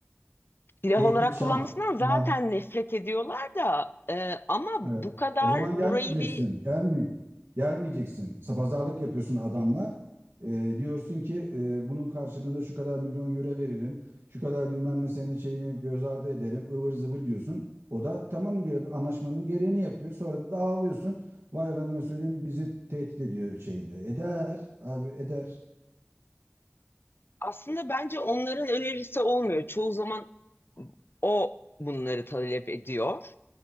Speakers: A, on the left (about 65°); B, on the right (about 80°).
A: silah
B: Tehdit,
A: olarak
B: şantaj
A: kullanmasından zaten
B: bunlar
A: nefret ediyorlar da e, ama bu
B: Evet.
A: kadar
B: O zaman
A: burayı
B: gelmeyeceksin.
A: bir
B: Gelme, gelmeyeceksin. Sa- Pazarlık yapıyorsun adamla. Ee, diyorsun ki e, bunun karşılığında şu kadar milyon euro veririm. Şu kadar bilmem ne senin şeyini göz ardı ederim. ıvır zıvır diyorsun. O da tamam diyor. Anlaşmanın gereğini yapıyor. Sonra da ağlıyorsun. Vay efendime söyleyeyim bizi tehdit ediyor şeyle. Eder abi eder.
A: aslında bence onların önerisi olmuyor. Çoğu zaman O bunları talep ediyor.